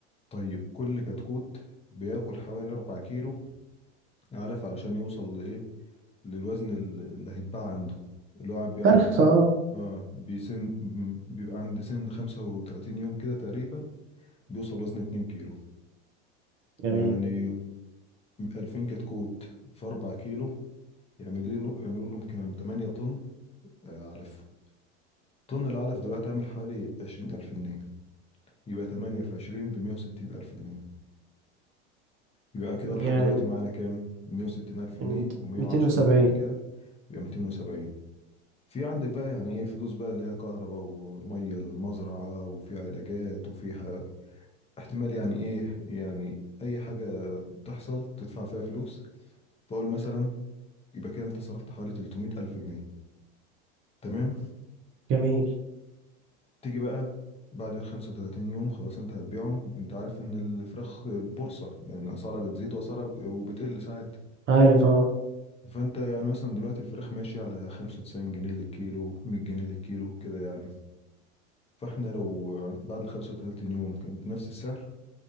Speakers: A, on the left; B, on the right.
A: طيب كل كتكوت بياكل حوالي أربع كيلو علف علشان يوصل لإيه للوزن ال- اللي هيتباع عنده اللي هو بيبقى
B: فرخة
A: عند سن
B: اه
A: اه بيسن بيبقى عند سن خمسة وتلاتين يوم كده تقريبا بيوصل وزن اتنين كيلو
B: جميل
A: يعني ألفين كتكوت في أربع كيلو يعمل له يعملوا لهم كام تمانية طن آه، علف طن العلف دلوقتي عامل حوالي عشرين ألف جنيه يبقى تمانية في عشرين بمية وستين ألف جنيه يبقى كده لحد
B: يعني
A: دلوقتي معانا كام 160 ألف جنيه
B: المت-
A: و110
B: 270
A: من قبل كده يبقى 270 في عندك بقى يعني ايه فلوس بقى اللي هي كهرباء ومية للمزرعة وفي علاجات وفي ح... احتمال يعني ايه يعني اي حاجة تحصل تدفع فيها فلوس فاقول مثلا يبقى كده انت صرفت حوالي 300 ألف جنيه تمام
B: جميل
A: تيجي بقى بعد ال 35 يوم خلاص انت هتبيعهم انت عارف ان الفراخ بورصة يعني اسعارها بتزيد واسعارها ب- وبتقل ساعات
B: عارف اه
A: فانت يعني مثلا دلوقتي الفراخ ماشية على 95 جنيه للكيلو 100 جنيه للكيلو كده يعني فاحنا لو بعد ال 35 يوم كانت نفس السعر